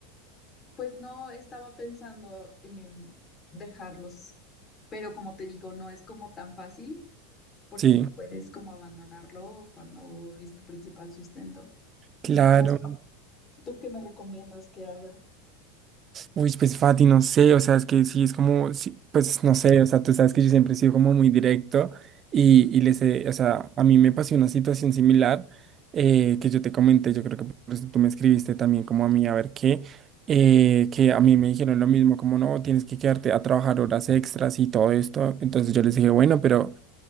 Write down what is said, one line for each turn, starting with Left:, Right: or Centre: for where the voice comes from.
Left: Pues no estaba pensando en dejarlos, pero como te digo, no es como tan fácil porque
Right: Sí,
Left: no puedes como abandonarlo cuando es tu principal sustento. Entonces,
Right: claro.
Left: ¿tú qué me recomiendas que haga?
Right: Uy, pues Fati, no sé, o sea, es que sí, es como, sí, pues no sé, o sea, tú sabes que yo siempre he sido como muy directo y, y les he- o sea, a mí me pasó una situación similar eh, que yo te comenté, yo creo que por eso tú me escribiste también como a mí, a ver qué, eh, que a mí me dijeron lo mismo, como no, tienes que quedarte a trabajar horas extras y todo esto, entonces yo les dije, bueno, pero